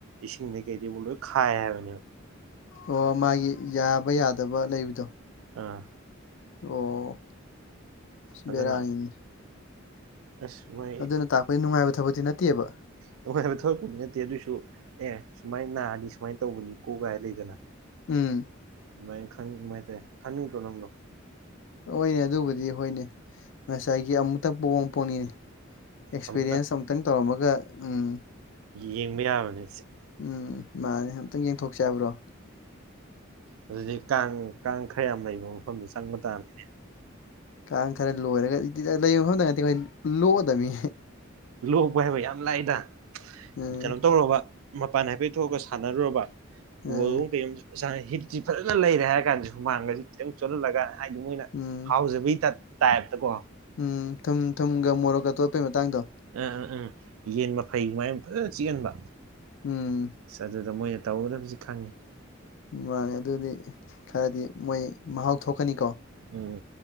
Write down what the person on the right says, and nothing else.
ꯏꯁꯤꯡꯗꯩ ꯀꯩꯗꯩꯕꯨ ꯂꯣꯏ ꯈꯥꯏ ꯍꯥꯏꯕꯅꯦꯕ
ꯑꯥ
ꯑꯗꯨꯅ ꯑꯁ ꯃꫭꯏ
ꯅꯨꯡꯉꯥꯏꯕ ꯊꯕꯛꯄꯨꯗꯤ ꯅꯠꯇꯦ ꯑꯗꯨꯁꯨ ꯑꯦ ꯁꯨꯃꯥꯏ ꯅꯥꯔꯗꯤ ꯁꯨꯃꯥꯏꯅ ꯇꯧꯕꯅꯤ ꯀꯣꯛ ꯀꯥꯏ ꯂꯩꯗꯅ
ꯑꯗꯨꯃꯥꯏ ꯈꯪꯅꯤꯡꯕ ꯍꯥꯏ ꯇꯥꯔꯦ ꯈꯪꯅꯤꯡꯗꫭ ꯅꯪꯕꯨ
ꯑꯃꯨꯛꯇꯪ
ꯌꯦꯡꯕ ꯌꯥꯕꯅꯤ
ꯑꯗꯨꯗꯤ ꯀꯥꯡ ꯀꯥꯡ ꯈꯔ ꯌꯥꯝ ꯂꯩꯕ ꯃꯐꯝꯗ ꯆꯪꯕ ꯇꯥꯕꯅꯦ꯫
ꯂꯣꯛꯄ ꯍꯥꯏꯕ ꯌꯥꯝ ꯂꯥꯏꯗ
ꯀꯩꯅꯣ ꯇꯧꯔꫭꯕ ꯃꯄꯥꯟ ꯍꯥꯏꯐꯦꯠ ꯊꯣꯛꯑꯒ ꯁꯥꯟꯅꯔꯨꯔꯕ ꯕꯣꯜꯒꯨꯝ
ꯀꯩꯒꯨꯝꯕ <unintelligible> ꯍꯤꯠꯇꯤ ꯐꯖꯅ ꯂꯩꯔꯦ ꯍꯥꯏꯔ ꯀꯥꯟꯗꯁꯨ ꯍꯨꯃꯥꯡꯒꯁꯤ ꯈꯤꯇꯪ ꯆꯣꯜꯍꯜꯂꯒ ꯍꯥꯏꯗꯤ ꯃꯣꯏꯅ
ꯍꯥꯎꯖꯕꯤ ꯇꯥꯏꯞꯇꯀꯣ
ꯑꯥ ꯑꯥ ꯑꯝ ꯌꯦꯟ ꯃꯐꯩ ꯗꯨꯃꯥꯏ ꯐꯖꯅ ꯆꯤꯛꯍꯟꯕ
ꯏꯁ ꯑꯗꯨꯗꯥ ꯃꯣꯏꯅ ꯇꯧꯒꯗꯨꯕꯁꯤ ꯈꯪꯉꯤ
ꯎꯝ